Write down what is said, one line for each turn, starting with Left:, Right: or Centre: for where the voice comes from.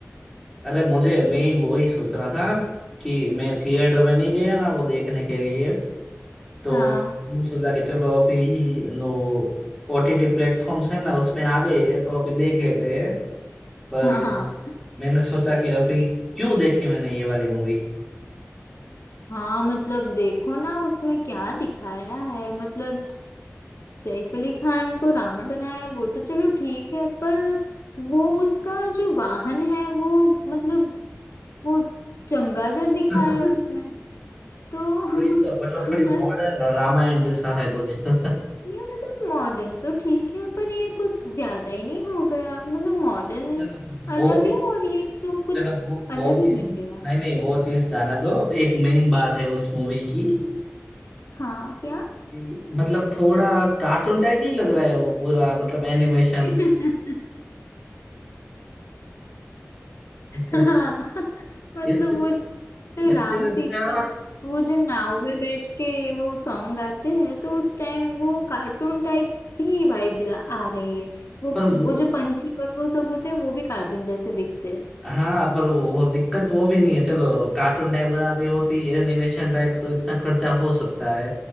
Centre: अरे मुझे मैं ही वो ही सोच रहा था कि मैं थिएटर में नहीं गया ना वो देखने के लिए तो
Left: हाँ
Centre: मैंने सोचा कि चलो अभी नो ओटीटी प्लेटफॉर्म्स है ना उसमें आ गई है तो अभी देख लेते हैं पर
Left: हाँ
Centre: मैंने सोचा कि अभी क्यों देखी मैंने ये वाली मूवी
Left: हाँ मतलब देखो ना उसमें क्या दिखाया है मतलब सैफ अली खान को रावण बनाया है, वो तो चलो ठीक है पर वो उसका जो वाहन है वो मतलब वो चमगादड़ दिखाया
Centre: <laughs>
Left: है उसमें तो
Centre: वही तो मतलब थोड़ी मॉडर्न
Left: <laughs>
Centre: रामायण जैसा है कुछ <laughs>
Left: ये मतलब मॉडर्न तो ठीक है पर ये कुछ ज्यादा ही नहीं हो गया मतलब मॉडर्न
Centre: चलो बहुत
Left: अलग
Centre: ही
Left: है और ये तो कुछ
Centre: चलो वो वो
Left: अलग
Centre: चीज
Left: ही बन गया
Centre: नहीं नहीं वो चीज जाने दो एक मेन बात है उस मूवी की
Left: हाँ क्या
Centre: कि मतलब थोड़ा कार्टून टाइप नहीं लग रहा है वो पूरा मतलब एनिमेशन
Left: <laughs>
Centre: <laughs>
Left: हाँ मतलब
Centre: इससे
Left: वो जो
Centre: इससे
Left: राम
Centre: अच्छा
Left: सीता वो जो नाव में बैठ के वो सॉन्ग गाते हैं तो उस टाइम वो कार्टून टाइप भी वाइब आ रही है वो
Centre: पर
Left: वो
Centre: वो
Left: जो पंछी और वो सब होते हैं वो भी कार्टून जैसे दिखते
Centre: हाँ पर वो दिक्कत वो भी नहीं है चलो कार्टून टाइप बनाती होती एनिमेशन टाइप तो इतना खर्चा हो सकता है